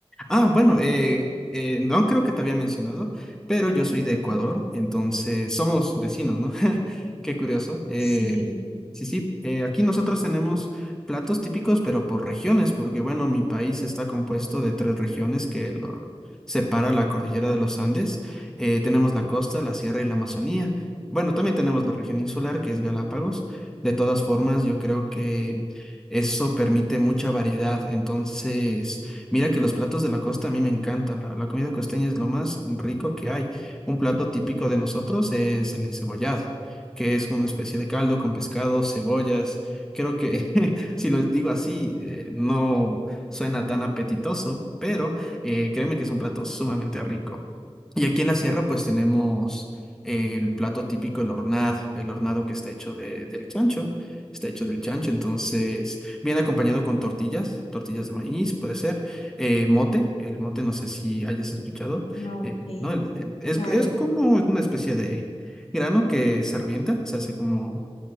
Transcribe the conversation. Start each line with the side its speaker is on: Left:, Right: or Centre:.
Centre: Ah, bueno, eh, eh, no creo que te había mencionado, pero yo soy de Ecuador, entonces somos vecinos, ¿no? <laughs> Qué curioso. Eh,
Left: Sí,
Centre: sí, sí, eh, aquí nosotros tenemos platos típicos, pero por regiones, porque bueno, mi país está compuesto de tres regiones que lo separa la cordillera de los Andes. Eh, tenemos la costa, la sierra y la Amazonía. Bueno, también tenemos la región insular, que es Galápagos. De todas formas, yo creo que eso permite mucha variedad, entonces... Mira que los platos de la costa a mí me encantan. La, la comida costeña es lo más rico que hay. Un plato típico de nosotros es el encebollado, que es una especie de caldo con pescado, cebollas. Creo que <laughs> si lo digo así, eh, no suena tan apetitoso, pero eh, créeme que es un plato sumamente rico. Y aquí en la sierra pues tenemos el plato típico, el hornado, el hornado que está hecho de, del chancho, está hecho del chancho, entonces viene acompañado con tortillas, tortillas de maíz, puede ser eh, mote, el mote no sé si hayas escuchado,
Left: no,
Centre: eh,
Left: ok,
Centre: ¿no? El- el- es,
Left: claro.
Centre: es como una especie de grano que se revienta, se hace como,